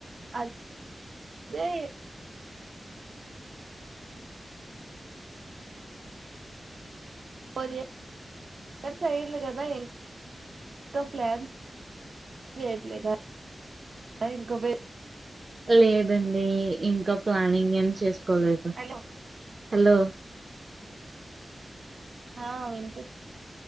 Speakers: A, on the right; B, on the right.
A: అద్ దే ఫోర్ ఇయర్స్ అయింది కదా ఇంకా ప్లాన్ ఏమీలేదా ఇంకో బే
B: లేదండి ఇంకా ప్లానింగ్ ఏం చేసుకోలేదు.
A: హలో
B: హలో
A: హా వినిపి